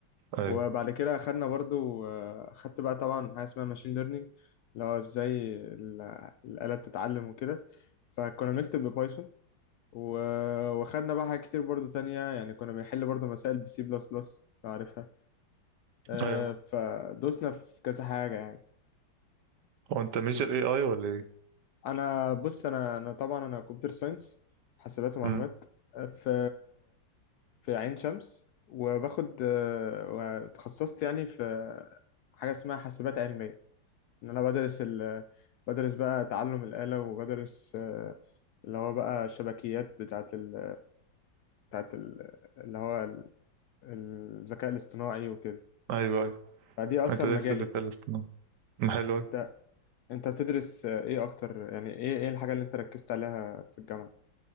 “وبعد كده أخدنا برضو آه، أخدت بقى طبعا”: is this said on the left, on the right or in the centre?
Left